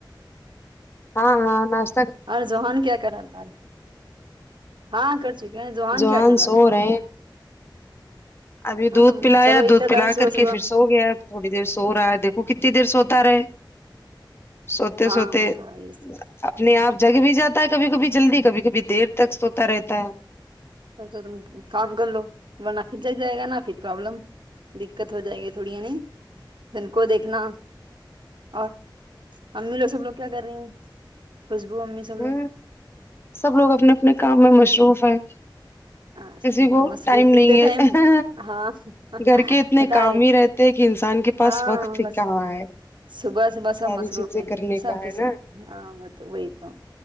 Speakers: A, on the left; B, on the right.
A: ہاں ہاں ناش
B: اور زوہان کیا کر رہا تھا ہے ہاں کر چکے ہیں زوہان
A: جوان
B: کیا کر رہا
A: سو
B: ہے
A: رہے ہیں ابھی
B: ہاں
A: دودھ پلایا
B: چلو
A: دودھ
B: اتنا
A: پلا
B: ٹائم صبح
A: کر
B: صبح
A: کے پھر سو گیا تھوڑی دیر سو رہا ہے دیکھو کتنی دیر سوتا رہے سوتے
B: ہاں
A: سوتے
B: وہ تو ہے پھر
A: اپنے آپ جگ بھی جاتا ہے کبھی کبھی جلدی کبھی کبھی دیر تک سوتا رہتا ہے
B: پلسو تم کام کر لو ورنہ پھر جل جائے گا نا پھر پرابلم دقت ہو جائے گی تھوڑی ہیں نہیں ان کو دیکھنا اور امی لوگ سب لوگ کیا کر رہی ہیں خوشبو امی سب
A: ہ
B: لوگ
A: سب لوگ اپنے اپنے کام میں مصروف ہیں
B: ہاں
A: کسی کو
B: مصروف
A: ٹائم نہیں
B: اتنے
A: ہے
B: ٹائم ہاں پتا
A: گھر کے اتنے کام
B: ہے
A: ہی رہت تے کہ ایک انسان کے پاس
B: ہاں
A: وقت ہی
B: بس
A: کہاں ہے
B: صبح صبح سب
A: ساری
B: مصروف
A: چیزیں
B: ہے
A: کرنے
B: سب
A: کا
B: کےسب
A: ہے نا
B: ہاں وہ تو وہی تو